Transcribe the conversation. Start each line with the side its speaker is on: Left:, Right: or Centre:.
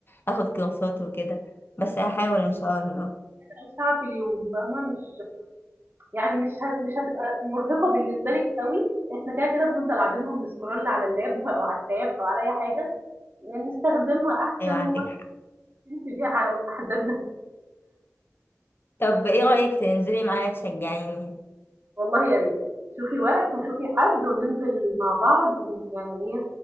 Left: اخد كورسات وكده بس هحاول ان شاء الله
Right: او ساعة في اليوم فاهمة مش يعني مش هت- مش هتبقى مرهقة بالنسبة لك قوي احنا كده كده بنفضل قاعدينهم نسكرول على اللاب او على التاب او على اي حاجة نستخدمها احسن
Left: ايوه عندك حق
Right: وننسي بيها احزاننا
Left: طب ايه رايك تنزلي معايا تشجعيني
Right: والله يا ريت شوفي وقت وشوفي حد وننزل مع بعض يعني ايه